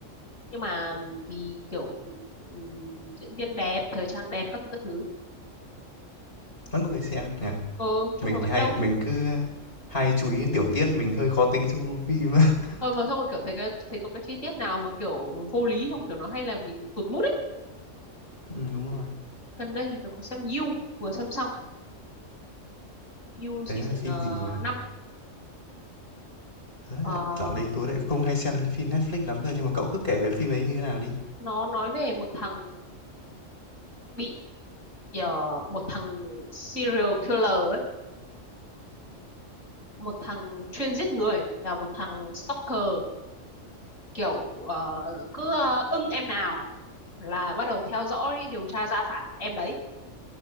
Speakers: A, on the left; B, on the left.
A: nhưng mà vì kiểu ừm, diễn viên đẹp thời trang đẹp các thứ các thứ
B: Vẫn có người xem nhỉ.
A: ờ chung
B: Mình
A: là vẫn
B: thì hay
A: đông
B: mình cứ hay chú ý đến tiểu tiết, mình hơi khó tính trong phim á. <laughs>
A: ờ và xong rồi kiểu thấy cái thấy có cái chi tiết nào mà kiểu vô lý không kiểu nó hay là mình tụt mood ấy
B: Ừ, đúng rồi.
A: gần đây thì tôi có xem You vừa xem xong You season
B: Đấy là phim
A: uh,
B: gì nhỉ? Đấy,
A: 5
B: dạo đấy tôi lại không hay xem phim Netflix lắm cơ nhưng mà cậu cứ kể phim ấy như thế nào đi.
A: nó nói về một thằng bị ờ, một thằng serial killer ấy, một thằng chuyên giết người và một thằng stalker kiểu ờ, cứ ờ, ưng em nào là bắt đầu theo dõi điều tra ra phả em đấy